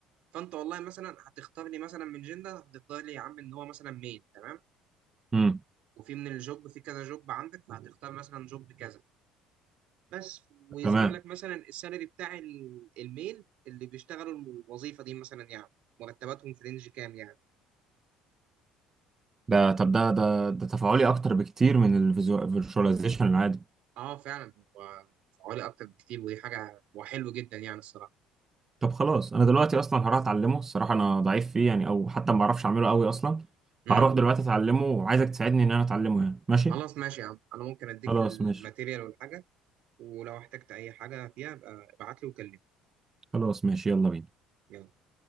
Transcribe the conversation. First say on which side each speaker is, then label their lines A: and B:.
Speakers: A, on the right; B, on the right.
A: فانت والله مثلا هتختار لي مثلا من جندا هتختار لي يا عم ان هو مثلا ميل تمام
B: امم
A: وفي من الجوب في كذا جوب عندك فهتختار مثلا جوب كذا بس ويظهر
B: تمام
A: لك مثلا السالري بتاع ال- الميل اللي بيشتغلوا الوظيفه دي مثلا يعني مرتباتهم في رينج كام يعني
B: ده طب ده ده ده تفاعلي اكتر بكتير من الفيرشواليزيشن العادي
A: اه فعلا هو فعالي اكتر بكتير ودي حاجه وحلو جدا يعني الصراحه
B: طب خلاص انا دلوقتي اصلا هروح اتعلمه الصراحة انا ضعيف فيه يعني او حتى ما بعرفش اعمله قوي اصلا
A: امم
B: فهروح دلوقتي اتعلمه وعايزك تساعدني ان انا اتعلمه يعني ماشي
A: خلاص ماشي يا عم انا ممكن اديك
B: خلاص
A: الماتيريال
B: ماشي
A: والحاجه ولو احتجت اي حاجه فيها ابقى ابعت لي وكلمني
B: خلاص ماشي يلا بينا
A: يلا